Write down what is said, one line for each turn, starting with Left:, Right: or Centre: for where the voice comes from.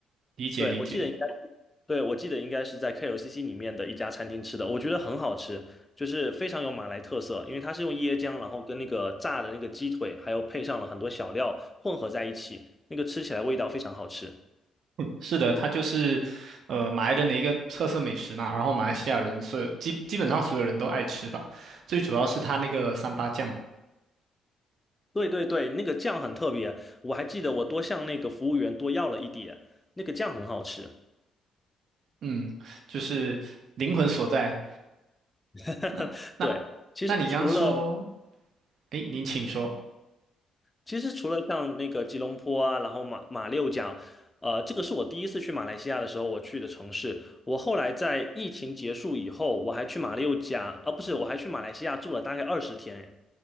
Right: 理解理解，
Left: 对，我记得应该，对，我记得应该是在 KLCC 里面的一家餐厅吃的，我觉得很好吃，就是非常有马来特色，因为它是用椰浆，然后跟那个炸的那个鸡腿，还有配上了很多小料混合在一起，那个吃起来味道非常好吃。
Right: 是的，它就是呃马来人的一个特色美食嘛，然后马来西亚人所有基基本上所有人都爱吃吧，最主要是它那个三八酱，
Left: 对对对，那个酱很特别，我还记得我多向那个服务员多要了一点，那个酱很好吃。
Right: 嗯，就是灵魂所在。
Left: <laughs>
Right: 那那
Left: 对，其实除了马
Right: 那你刚刚说，诶，您请说。
Left: 其实除了像那个吉隆坡啊，然后马马六甲，呃，这个是我第一次去马来西亚的时候我去的城市。我后来在疫情结束以后，我还去马六甲，啊，不是，我还去马来西亚住了大概二十天。